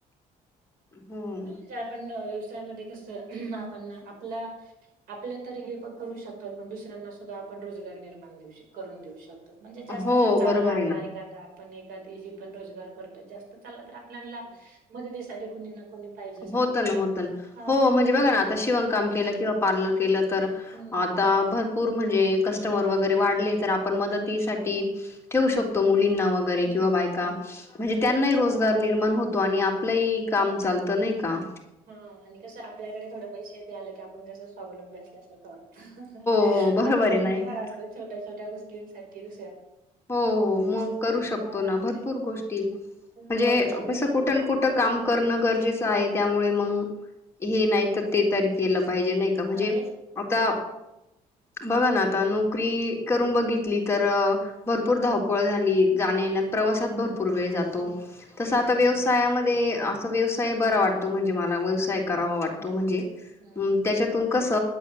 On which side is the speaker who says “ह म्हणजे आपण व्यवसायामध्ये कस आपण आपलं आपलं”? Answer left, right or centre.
Right